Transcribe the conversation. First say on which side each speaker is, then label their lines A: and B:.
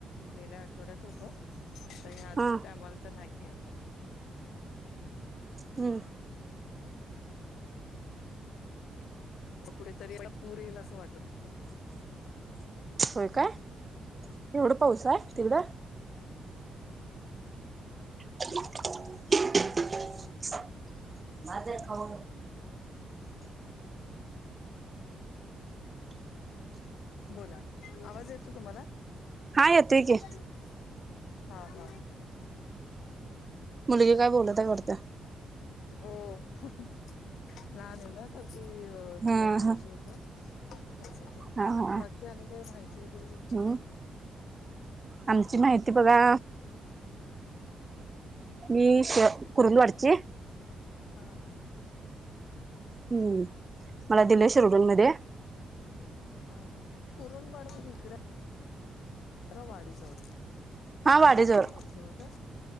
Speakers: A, on the left; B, on the right.
A: गेल्या आठवड्यात होत. आता ह्या
B: हा
A: टाईमाला तर नाहीये अजून
B: हमम.
A: असा कुठेतरी याला पूर येईल असं वाटत होतं.
B: होय काय? एवढं पाऊस आहे तिकड. <unintelligible> माझा खाऊ
A: बोला आवाज येतो तुम्हाला?
B: हा येतोय की.
A: हा हा.
B: मुलगी काय बोलत हाय वाटत.
A: हो लहान आहे ना तर ती अ
B: हा
A: तिला पाहिजे
B: हा
A: होत त्यासाठी
B: हा हा
A: बाकी आणि काय माहिती वगैरे तुमची
B: हम्म
A: काय?
B: आमची माहिती बघा मी श कुरल वाडची
A: हा हा.
B: हमम मला दिले शिरडोनमध्ये
A: हा हा करूनजाड म्हणजे इकड रा वाडीजवळ
B: हा वाडेजवळ
A: नरसोबा वाडीजवळ का?